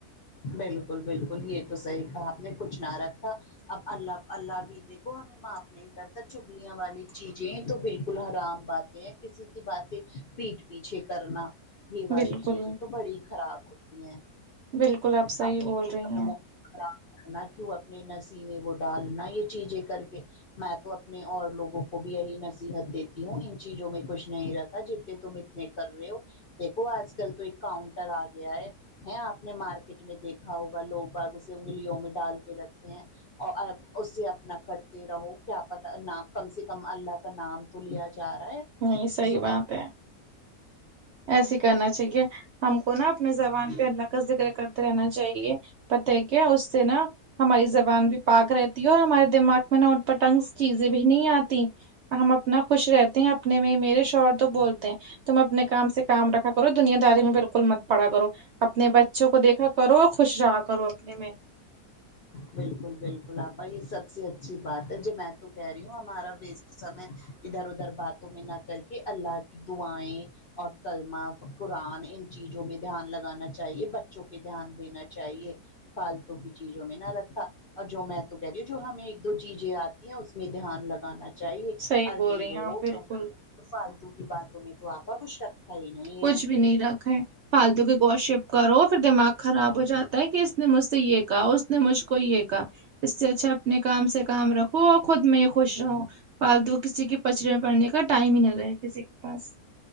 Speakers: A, on the left; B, on the right.
A: بالکل بالکل یہ تو صحیح کہا آپ نے کچھ نہ رکھا اب اللہ اللہ بھی دیکھو ہمیں معاف نہیں کرتا چغلیاں والی چیزیں تو بالکل حرام باتیں ہیں کسی کی باتیں پیٹ پیچھے کرنا یہ والی
B: بالکل
A: چیزیں تو بڑی خراب ہوتی ہیں
B: بالکل آپ صحیح
A: اپنے
B: بول
A: اوپر
B: رہی ہیں
A: خراب کرنا کیوں اپنے نصیب میں وہ ڈالنا یہ چیزیں کر کے میں تو اپنے اور لوگوں کو بھی یہی نصیحت دیتی ہوں ان چیزوں میں کچھ نہیں رکھا جتے تم ان میں کر رہے ہو دیکو آج کل تو ایک کاؤنٹر آ گیا ہے ہیں آپ آپ نے مارکیٹ میں دیکھا ہوگا لوگ باعض اسے انگلیوں میں ڈال کے رکھتے ہیں اور آ اسے اپنا کرتے رہو کیا پتہ نام کم سے کم اللہ کا نام تو لیا جا رہا ہے
B: نہیں صحیح
A: زبان
B: بات ہے ایسے ہی کرنا چاہیے ہم کو نا اپنی زبان پہ اللہ کا ذکر کرتے رہنا چاہیے پتہ ہے کیا اس سے نا ہماری زبان بھی پاک رہتی اور ہمارے دماغ میں نا اٹپاٹانگ چیزیں بھی نہیں آتی ہم اپنا خوش رہتے ہیں اپنے میں میرے شوہر تو بولتے ہیں تم اپنے کام سے کام رکھا کرو دنیاداری میں بالکل مت پڑا کرو اپنے بچوں کو دیکھا کرو اور خوش رہا کرو اپنے میں
A: بالکل بالکل آپا یہ سب سے اچھی بات ہے جی میں تو کہہ رہی ہوں ہمارا وسٹ سمے ادھر ادھر باتوں میں نہ کر کے اللہ کی دعائیں اور کلمہ قرآن ان چیزوں میں دھیان لگانا چاہیے بچوں پہ دھیان دینا چاہیے فالتو کی چیزوں میں نہ رکھ رکھا اور جو میں تو کہہ رہی ہوں جو ہمیں ایک دو چیزیں آتی ہیں اس میں دھیان لگانا چاہیے
B: صحیح
A: ارننگ
B: بول رہی ہیں
A: ہو
B: آپ
A: ہے
B: بالکل
A: نا فالتو کی باتوں میں تو آپا کچھ شک ہے نہیں
B: کچھ
A: ہے
B: بھی نہیں رکھا ہے فالتو کی گوشپ کرو پھر دماغ خراب ہوجا تا کہ اس نے مجھ سے یہ کہا اس نے مجھ کو یہ کہا اس سے اچھا اپنے کام سے کام رکھو اور خود میں ہی خوش رہو فالتو کسی کے پچڑے میں پڑنے کا ٹائم ہی نہ رہے کسی کے پاس